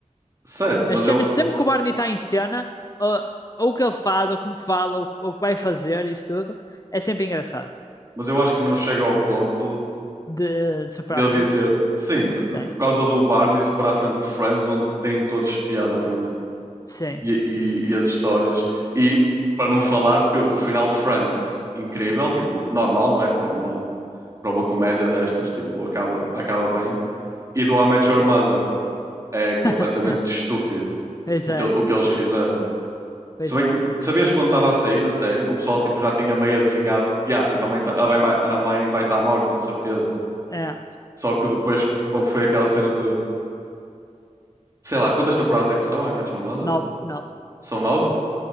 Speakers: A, on the right; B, on the left.
A: certo,
B: As
A: mas
B: cenas,
A: eu,
B: sempre que o Barney está em cena, ou, ou o que ele faz, ou como fala, ou, ou o que vai fazer, isso tudo, é sempre engraçado.
A: mas eu acho que não chega ao ponto
B: De, de super
A: de
B: à
A: eu
B: frente.
A: dizer, sim, de- de-
B: Sim.
A: por causa do Barney se pôr à frente de Friends, onde têm todos piada para mim.
B: Sim.
A: E, e, e as histórias. E para não falar que o final de Friends, incrível, tipo, normal, não é? Para uma, para uma comédia destas, tipo, acaba, acaba bem. E do I Met Your Mother é completamente
B: <laughs>
A: estúpido
B: Pois
A: o
B: é.
A: que, o que eles fizeram.
B: Pois
A: Se bem
B: é,
A: que
B: pois
A: sabias
B: é.
A: quando estava a sair a série, o pessoal tipo, já tinha meio adivinhado, yeah, tipo, a mãe, tá- a bem- a mãe vai estar morta, de certeza.
B: É.
A: Só que depois, quando foi aquela cena de, sei lá, quantas temporadas é que são, I Met Your Mother?
B: Não, não.
A: São nove?